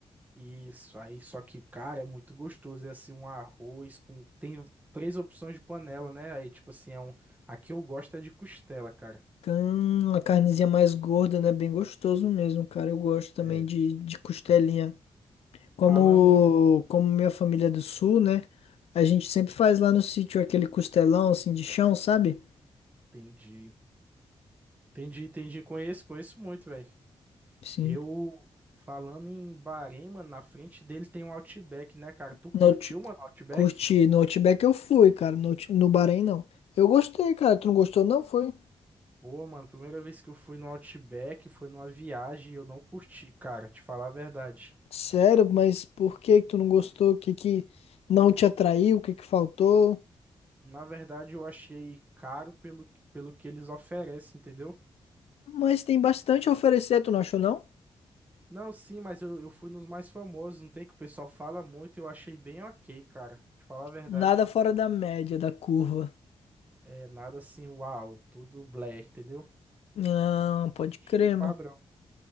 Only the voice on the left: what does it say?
Hum, uma carnezinha mais gorda, né? Bem gostoso mesmo, cara. Eu gosto também
de, de costelinha. Como,
como minha família é do sul, né? A gente sempre faz lá no sítio aquele costelão assim de chão, sabe?
Sim.
No, out-
curti. No Outback eu fui, cara. No, out- no Bahrein não. Eu gostei, cara. Tu não gostou, não? Foi?
Sério, mas por que que tu não gostou? O que que não te atraiu? O que que faltou?
Mas tem bastante a oferecer, tu não achou, não?
Nada fora da média, da curva.
Não, pode crer,
mano.